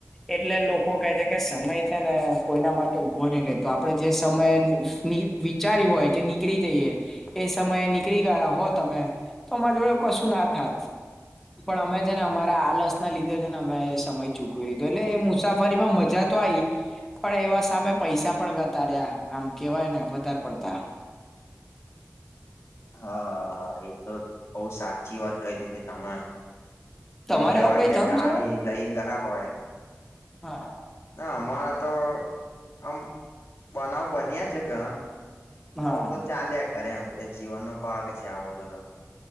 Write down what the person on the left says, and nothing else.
હા, હા, એ તો બહુ સાચી વાત કહી દીધી તમે.
આમ કેવાય
કે
ગાડી
લઈ ગયા હોય.
ના અમારા તો આમ બનાવ બન્યા છે ઘણા.
આવ તો ચાલીયા કરે, એમ કે જીવનનો ભાગ છે આ બધો.